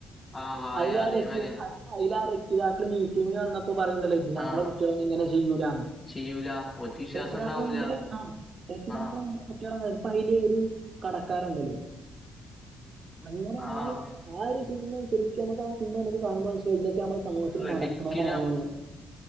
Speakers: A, on the left; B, on the right.
A: ആഹ് വായ
B: അയ്ലാ
A: അതേമാരിയാ
B: റഷി അയലാ റഷീ പിതാക്കള് മീറ്റിംഗിന്‌ വന്നപ്പോ പറയുന്നുണ്ടല്ലോ ഇത് ഞങ്ങളെ
A: ആഹ്
B: കുട്ടികളൊന്ന്നും ഇങ്ങനെ ചെയ്യൂല
A: ചെയ്യൂല ഓൽക്ക് വിശ്വാസം
B: രക്ഷിതാക്കളെ
A: ഉണ്ടാവൂല
B: മുമ്പില് ആഹ് രക്ഷിതാക്കളെമുമ്പില്
A: ആഹ്
B: കുട്ടികള് <unintelligible> കടക്കാരണ്ട <unintelligible> അങ്ങനെയാണ്
A: ആഹ്
B: ആ ഒരു സിനിമയെ നമുക്ക് ആ സിനിമ നമുക്ക് കാണുമ്പോ ഇതൊക്കെ നമ്മുടെ സമൂഹത്തിൽ
A: റെഡിക്ക്
B: നടക്കുന്നതാണ്.